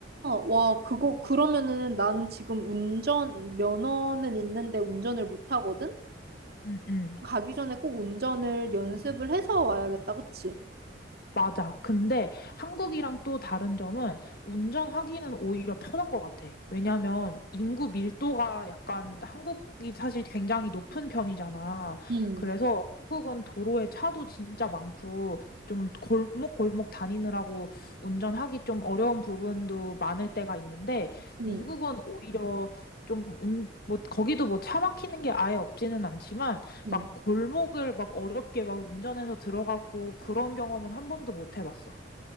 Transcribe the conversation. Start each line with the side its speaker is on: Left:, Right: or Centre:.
Right: 와, 그거, 그러면은 나는 지금 운전, 면허는 있는데 운전을 못 하거든?
Left: 음, 음.
Right: 가기 전에 꼭 운전을 연습을 해서 와야겠다, 그치?
Left: 맞아. 근데 한국이랑 또 다른 점은 운전하기는 오히려 편한 것 같아. 왜냐하면 인구 밀도가 약간 한국이 사실 굉장히 높은 편이잖아.
Right: 음,
Left: 그래서 한국은 도로에 차도 진짜 많고 좀 골목골목 다니느라고 운전하기 좀 어려운 부분도 많을 때가 있는데
Right: 응,
Left: 미국은 오히려 좀 운, 뭐 거기도 뭐 차 막히는 게 아예 없지는 않지만
Right: 응.
Left: 막 골목을 막 어렵게 막 운전해서 들어가고 그런 경험은 한 번도 못 해봤어.